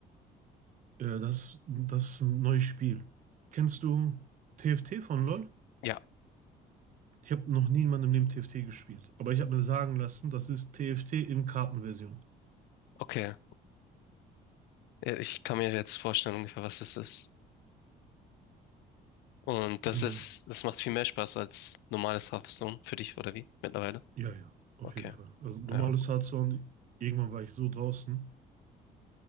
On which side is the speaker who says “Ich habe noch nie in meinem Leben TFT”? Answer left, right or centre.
Right